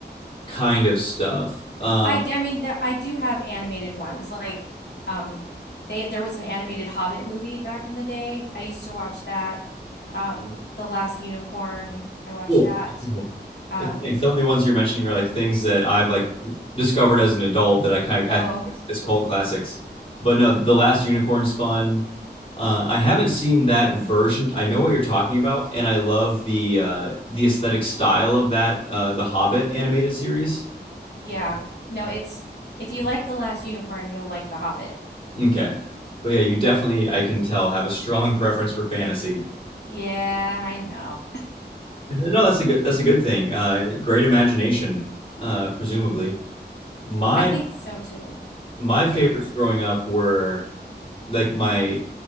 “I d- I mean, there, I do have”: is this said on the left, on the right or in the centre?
Left